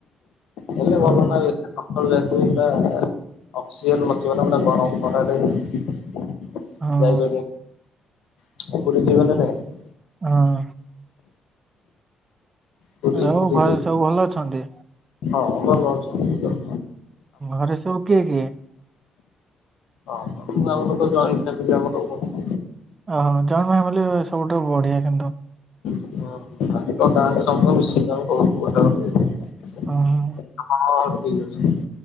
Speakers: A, on the left (about 75°); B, on the right (about 30°).
A: କଲେ ଭଲନା
B: ହଁ
A: <unintelligible> ଅକ୍ସିଜେନ୍ ନଥିବ ନା ପୁରା ଗରମ୍ ଖରାରେ ଯାଇପାରିବେ।
B: ହଁ
A: <unintelligible>
B: ହଁ।
A: ପୁରୀ
B: ଆଉ
A: ପୁରୀ
B: ଘରେ
A: ଯିବେ
B: ସବୁ ଭଲ ଅଛନ୍ତି?
A: ହଁ ଭଲ ଅଛନ୍ତି।
B: ଘରେ ସବୁ କିଏ କିଏ?
A: ଆମର ତ ଜଏଣ୍ଟ୍ ଫ୍ୟାମିଲି ଆମର ଆଉ କଣ।
B: ଓହୋ ଜଏଣ୍ଟ୍ ଫ୍ୟାମିଲି ସବୁଠୁ ବଢିଆ କିନ୍ତୁ।
A: <unintelligible>
B: ଓ -ହୁଁ।
A: ହଁ- ହଁ- ଠିକ୍ ଅଛି।